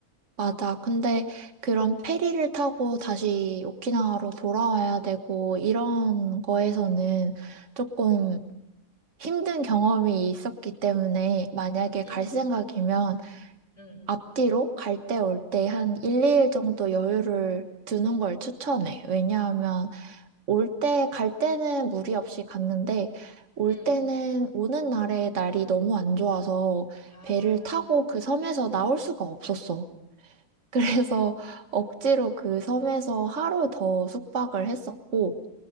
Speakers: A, on the right (about 50°); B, on the right (about 20°).
A: 맞아. 근데 그런 페리를 타고 다시 오키나와로 돌아와야 되고 이런 거에서는 조금 힘든 경험이 있었기 때문에 만약에
B: 응,
A: 갈 생각이면
B: 응,
A: 앞뒤로 갈 때 올 때 한 1, 2일 정도 여유를 두는 걸 추천해. 왜냐하면 올 때, 갈 때는 무리 없이 갔는데 올
B: 응.
A: 때는 오는 날에 날이 너무 안 좋아서
B: 아.
A: 배를 타고 그 섬에서 나올 수가 없었어. 그래서 <laughs> 억지로 그 섬에서 하루 더 숙박을 했었고